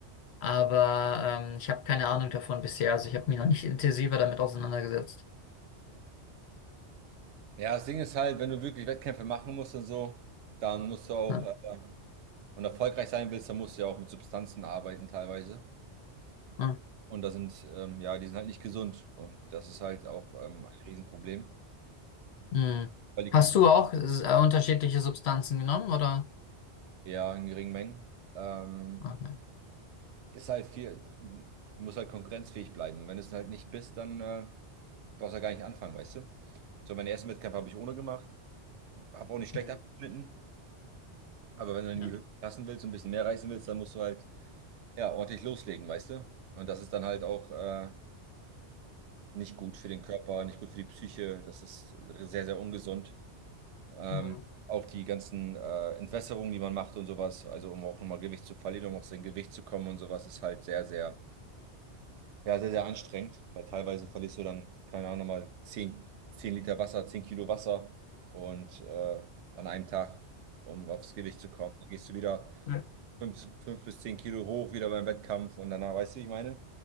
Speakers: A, on the left; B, on the right.
A: Aber ähm, ich habe keine Ahnung davon bisher. Also ich habe mich noch nicht intensiver damit auseinandergesetzt.
B: Ja, das Ding ist halt, wenn du wirklich Wettkämpfe machen musst und so, dann musst du auch,
A: Ja.
B: äh, und erfolgreich sein willst, dann musst du ja auch mit Substanzen arbeiten teilweise.
A: ja,
B: Und da sind, ähm, ja, die sind halt nicht gesund und das ist halt auch ähm, ein Riesenproblem,
A: Hm.
B: weil die
A: Hast
B: Konkurrenz
A: du auch äh, unterschiedliche Substanzen genommen, oder?
B: Ja, in geringen Mengen. Ähm,
A: Okay.
B: ist halt viel, du musst halt konkurrenzfähig bleiben. Und wenn du es halt nicht bist, dann äh, brauchst du ja gar nicht anfangen, weißt du? So, meinen ersten Wettkampf habe ich ohne gemacht, habe auch nicht schlecht
A: Hm,
B: abgeschnitten. Aber wenn du
A: Ja.
B: in die Höhe passen willst und ein bisschen mehr reißen willst, dann musst du halt ja ordentlich loslegen, weißt du? Und das ist dann halt auch äh, nicht gut für den Körper, nicht gut für die Psyche. Das ist sehr, sehr ungesund. Ähm,
A: Hm.
B: auch die ganzen äh, Entwässerungen, die man macht und sowas, also um auch nochmal Gewicht zu verlieren, um auf sein Gewicht zu kommen und sowas, ist halt sehr, sehr Ja, sehr, sehr anstrengend, weil teilweise verlierst du dann, keine Ahnung, nochmal zehn zehn Liter Wasser, 10 Kilo Wasser und äh, an einem Tag, um aufs Gewicht zu kommen. Dann gehst du wieder
A: Hm,
B: fünf fünf bis 10 Kilo hoch, wieder beim Wettkampf und danach, weißt du, wie ich meine?